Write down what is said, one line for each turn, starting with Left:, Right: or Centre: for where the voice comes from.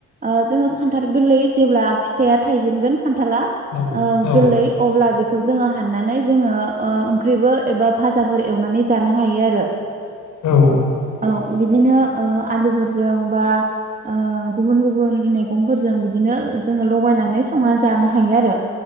Right: ओ जोङो खान्थाल गोल्लै जेब्ला फिथाइया थाइजेनगोन खान्थाला ओ
Left: औ औ
Right: गोल्लै अब्ला बे खौ जोङो हाननानै जोङो ओ ओंख्रिबो एबा फाजाफोर एवनानै जानो हायो आरो
Left: औ
Right: औ बिदिनो ओ आलुफोरजों बा ओ गुबुन गुबुन मैगंफोरजों बिदिनो जोङो लगायनानै संनानै जानो हायो आरो।